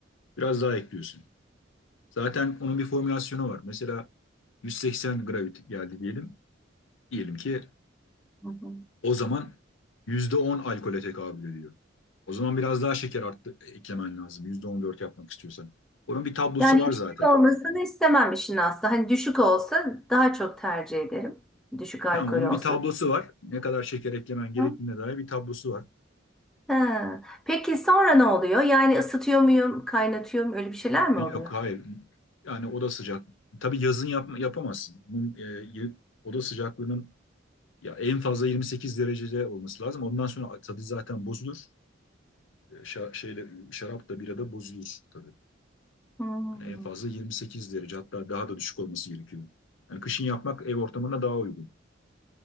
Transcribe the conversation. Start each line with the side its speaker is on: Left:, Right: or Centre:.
Left: biraz daha ekliyorsun. Zaten onun bir formülasyonu var. Mesela 180 gravity geldi diyelim. Diyelim ki
Centre: Hı hı.
Left: o zaman %10 alkole tekabül ediyor. O zaman biraz daha şeker arttı e, eklemen lazım. %14 yapmak istiyorsan. Onun bir tablosu
Centre: Yani
Left: var
Centre: yüksek
Left: zaten.
Centre: olmasını istemem işin aslı. Hani düşük olsa daha çok tercih ederim. Düşük alkol
Left: Tamam, onun
Centre: olsun.
Left: bir tablosu var. Ne kadar şeker eklemen gerektiğine
Centre: Ama-
Left: dair bir tablosu var.
Centre: Ha. Peki sonra ne oluyor? Yani ısıtıyor muyum, kaynatıyor muyum? Öyle bir şeyler mi
Left: Yok
Centre: oluyor?
Left: hayır. Yani oda sıcak. Tabii yazın yapma, yapamazsın. Bunun, e, y- oda sıcaklığının ya en fazla 28 derecede olması lazım. Ondan sonra tadı zaten bozulur. E, şa- şeyle şarap da bira da bozulur tabii.
Centre: Hmm,
Left: Hani en fazla 28 derece hatta daha da düşük olması gerekiyor. Yani kışın yapmak ev ortamına daha uygun.